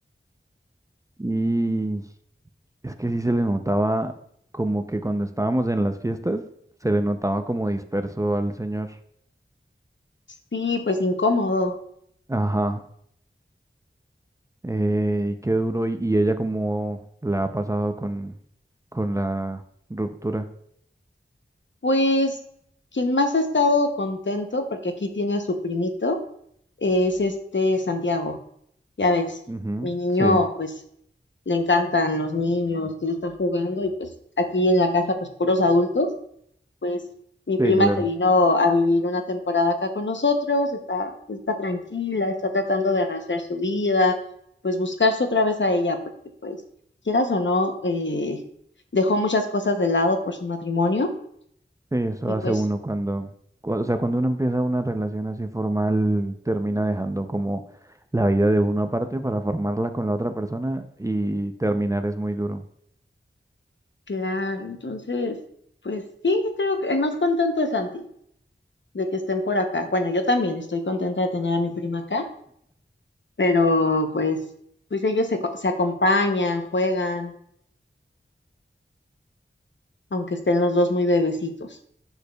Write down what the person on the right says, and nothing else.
Y es que sí se le notaba como que cuando estábamos en las fiestas, se le notaba como disperso al señor.
Ajá, eh, qué duro. Y, y ella cómo la ha pasado con, con la ruptura.
Ujú,
Sí,
sí,
claro.
Sí, eso
hace
uno cuando, cua- o sea, cuando uno empieza una relación así formal, termina dejando como la vida de uno aparte para formarla con la otra persona y terminar es muy duro.